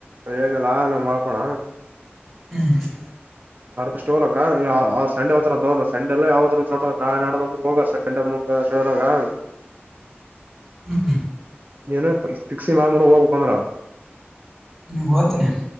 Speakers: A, on the right; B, in the centre.
A: ಅದೇ ಹೇಳಿದ್ನಲ್ಲ ನಮ್ ಮಡಳಪಣ.
B: ಹ್ಮ್.
A: ಅವ್ರು ಪಸ್ಟ್ ಹೋಗಲಕ್ಕ ಸಂಡೆ ಹತ್ರ್ರ ಸಂಡೆಲ್ಲ ಯಾವ ನಾ ನಡ ಹೋಗ ಸಂಡೆ ಮು. ಚರಾಗ. <unintelligible>
B: ಹ್ಮ್ ಹ್ಮ್.
A: ನೀನು ಪೀಕ್ಸಿ ಮಾಡಿ ಬಿಡು ಹೋಗಬೇಕಂದ್ರ.
B: ಹ್ಮ್ ಹೋತೀನಿ.